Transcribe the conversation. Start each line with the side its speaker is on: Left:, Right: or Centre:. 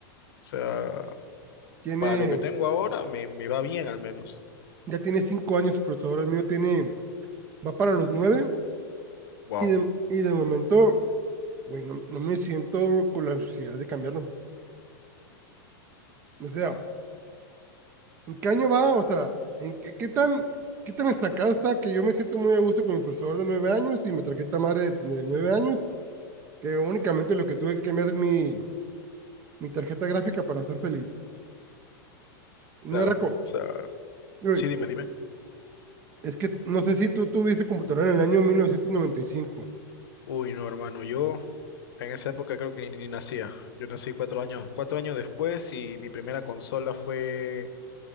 Left: O sea,
Right: tiene,
Left: para lo que tengo ahora me, me va bien al menos.
Right: ya tiene cinco años su procesador. El mío tiene, va para los nueve
Left: Wow,
Right: y de, y de momento, güey, no, no me siento con la necesidad de cambiarlo. O sea, ¿En qué año va? O sea, ¿en qué, qué tan, qué tan destacado está que yo me siento muy a gusto con mi procesador de nueve años y mi tarjeta madre de nueve años, que únicamente lo que tuve que cambiar es mi, mi tarjeta gráfica para estar feliz. No
Left: claro.
Right: era
Left: O
Right: con...
Left: sea,
Right: Uy,
Left: sí, dime, dime.
Right: es que no sé si tú tuviste computadora en el año mil novecientos noventa y cinco.
Left: Uy, no, hermano, yo en esa época creo que ni, ni nacía. Yo nací cuatro años, cuatro años después y mi primera consola fue